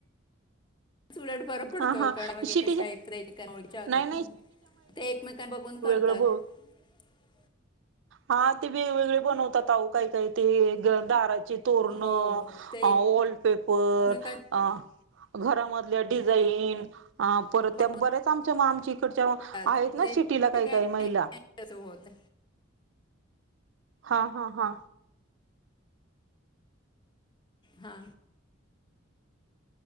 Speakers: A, on the left; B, on the right.
A: उलट बर पडतो
B: हा हा
A: कारण बे
B: शिटीच्या
A: कशा एकत एकेक ओळच्या होतात
B: नाही
A: ना ते एकमेकां बघू
B: प्रभू.
A: रिकामा ऑडिओ
B: हा ते वेगवेगळे बनवतात आओ काय काय. ते दाराचे तोरण
A: हो ते
B: अ वॉलपेपर
A: एकमेकांच्या
B: अ घरामधल्या डिझाईन परत
A: बघून
B: बरेच आमच्या मागे ड
A: करतात
B: आहेत ना
A: ते
B: शिटीला
A: ठिकाणी
B: काही काही महिला.
A: नाही तसं होत
B: हा हा हा.
A: हा.